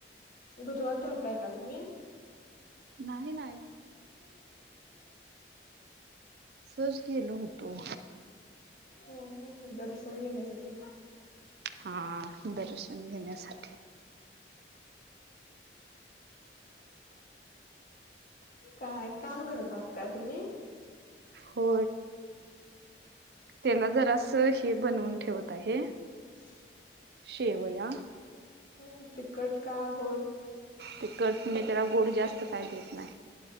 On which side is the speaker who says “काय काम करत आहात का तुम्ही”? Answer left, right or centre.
Left